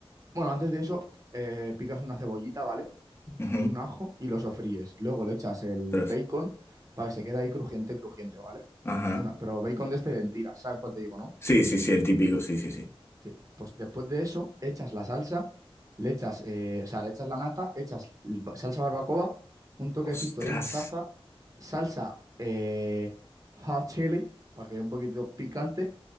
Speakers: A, on the right; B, on the left.
A: Bueno, antes de eso, eh, picas una cebollita, ¿vale?
B: ujú,
A: Y un ajo y lo sofríes. Luego le echas el
B: Tres.
A: bacon para que se quede ahí crujiente, crujiente, ¿vale?
B: Ajá.
A: Una, pero bacon de este en tiras, ¿sabes cuál te digo, no?
B: Sí, sí, sí, el típico. Sí, sí, sí.
A: Sí. Pues después de eso, echas la salsa, le echas, eh, o sea, le echas la nata, echas l- ba- salsa barbacoa, un toquecito
B: Ostras.
A: de mostaza, salsa eh, hot chili, para que dé un poquitito picante,